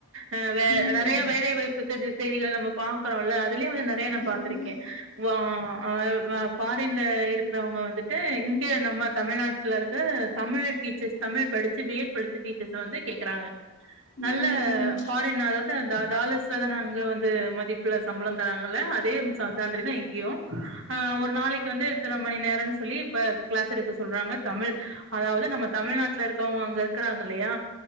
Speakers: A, on the right; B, on the left.
A: ஆ வே
B: உம்
A: நெறைய வேலைவாய்ப்பு செய்திகள் நம்ம பாக்கறோல்ல அதிலயு நெறைய நா
B: உம்
A: பாத்திருக்கே வா ஆ பாரின்ல இருக்கிறவங்க வந்துட்டு இ அங்க நம்ம தமிழ்நா க தமிழ் டீச்சர்ஸ் தமிழ் படிச்ச பி எட் படிச்ச டீச்சர்ஸ் வந்து கேக்குறாங்க
B: ம்
A: நல்ல
B: ம்
A: ஃபாரின் அதாவது அந்த டாலர்ஸ்ல தான அங்க வந்து மதிப்புல சம்பளம் தராங்கல்ல அதே <unintelligible> சேலரி தா இங்கியு ஒரு நாளைக்கு வந்து எத்தன மணி நேரம்னு சொல்லி இப்ப கிளாஸ் எடுக்க சொல்றாங்க தமிழ் அதாவது நம்ம தமிழ்நாட்டுல இருக்கவங்க அங்க இருக்கறாங்க இல்லையா